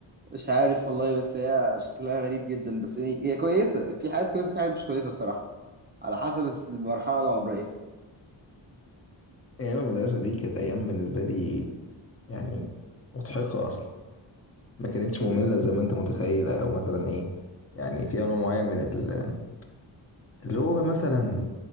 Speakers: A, on the right (about 25°); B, on the left (about 30°).
A: مش عارف والله بس هي شكلها غريب جدا بس هي هي كويسة في حاجات كويسة في حاجات مش كويسة بصراحة على حسب المرحلة العمرية
B: أيام المدرسة دي كانت أيام بالنسبة لي يعني مضحكة أصلا ما كانتش
A: ب-
B: مملة زي ما أنت متخيل أو مثلا إيه يعني فيها نوع معين من ال- اللي هو مثلا